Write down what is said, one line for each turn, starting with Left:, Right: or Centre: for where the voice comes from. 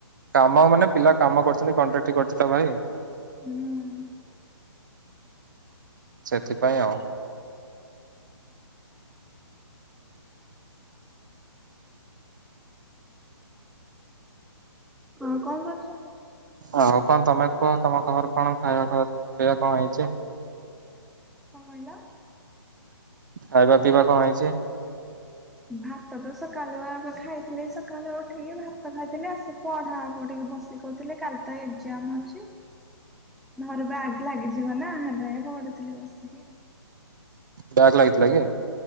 Right: କାମ ମାନେ ପିଲା କାମ କରୁଛନ୍ତି କଣ୍ଟ୍ରାଟ କରୁଛି ତ ଭାଇ
Centre: ହୁଁ।
Right: ସେଥିପାଇଁ ଆଉ
Centre: ହଁ କଣ କରୁଛ।
Right: ଆଉ କଣ ତମେ କୁହ ତମ ଖବର କଣ ଖାଇବା ପିଇବା କଣ ହେଇଛି।
Centre: କଣ କହିଲ।
Right: ଖାଇବା ପିଇବା କଣ ହେଇଛି।
Centre: ଭାତ ତ ସକାଳୁ ଆ ଖାଇଥିଲ ସକାଳୁ ଉଠିକି ଭାତ ଖାଇଥିଲି ଆସିିକ ପଢାକୁଠିକି ବସି କହୁଥିଲେ କାଲି ତ ଏକ୍ଜାମ ଅଛି ଘରୁ ବ୍ୟାଖ୍ ଲାଗିଯିବ ନା ଆ ପଢୁଥିଲି ବସିକି ଆଉ
Right: ବ୍ୟାଗ ଲାଗିଥିଲା କି?